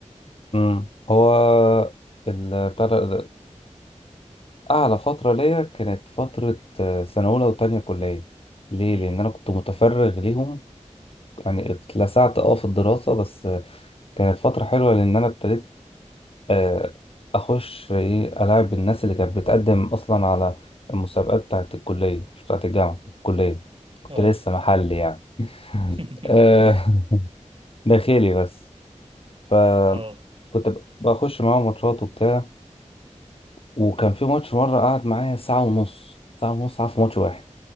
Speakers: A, on the left; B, on the right.
A: مم. هو ال- بتاع ده أعلى فترة ليا كانت فترة آه، سنة أولى وتانية كلية ليه؟
B: امم
A: لأن أنا كنت متفرغ ليهم يعني اتلسعت أه في الدراسة بس آه، كانت فترة حلوة لأن أنا ابتديت آه، أخش إيه ألاعب الناس اللي كانت بتقدم أصلا على المسابقات بتاعة الكلية مش بتاعة الجامعة بتاعة الكلية كنت
B: اه
A: لسه محلي يعني <laughs>
B: <laughs>
A: آه، <laughs> داخلي بس فكنت
B: اه
A: ب- بخش معاهم ماتشات وبتاع وكان في ماتش مرة قعد معايا ساعة ونص ساعة ونص قعد في ماتش واحد